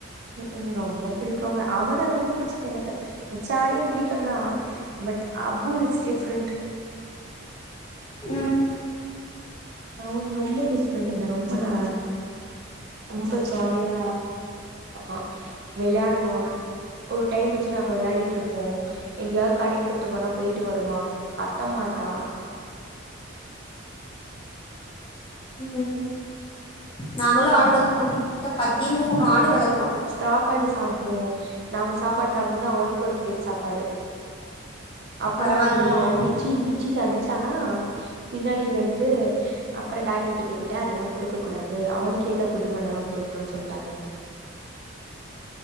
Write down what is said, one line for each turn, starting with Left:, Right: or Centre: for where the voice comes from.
Right: ம்ஹூ ரொம்ப பிடிக்குங்க அவன ரொம்போ புடிச்சது எனக்கு மிச்ச ஆடயு பிடிக்குந்தா பட் அபு இஸ் டிஃப்ரென்ட்
Left: ம்
Right: அவுனு ரொம்ப பெஸ்ட் ஃப்ரெண்ட்டுங்க ரொம்ப நா ரொம்ப ஜாலியா அ வெளயாடுவா ஒரு டைம் வச்சு நாங்க வெளையாடிட்டு இருப்போ எங்கயாது கடை கூட்டு போனா போய்ட்டு வருவா கத்த மாட் ட்டா
Left: ம் நாங்களு ஆடு வளத்தோ கிட்டத்தட்ட பதிமூணு ஆடு வளத்
Right: சாப்பாடு சாப்டுவோ நாங்க சாப்பாடு சாப்டூ போது அவனுக்கு ஒரு ப்ளேட் சாப்பாடு அப்றோ
Left: பரவாயில்லையே
Right: வந்து அவ பிச்சில் பி ச்சில அடிச்சானா பின்னாடிலருந்து அப்றோ டாக்டர் கிட்ட கேட்டே அதெல்லா குடுக்க கூடாது அவனுக்கு ஏத்த ஃபுட்டு் மட்டூதா குடுக்கணுனு சொல்ட்டாங்க